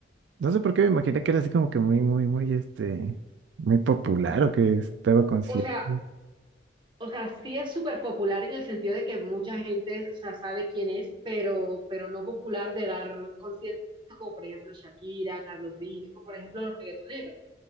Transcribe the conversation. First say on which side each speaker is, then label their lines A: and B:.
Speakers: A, on the right; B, on the right.
A: no sé por qué me imaginé que era así como que muy, muy, muy, este, muy popular o que estaba consciente.
B: O sea, o sea, sí es súper popular en el sentido de que mucha gente, o sea, sabe quién es, pero, pero no popular de dar conciertos como por ejemplo Shakira, Carlos Vives, o por ejemplo los reggaetoneros.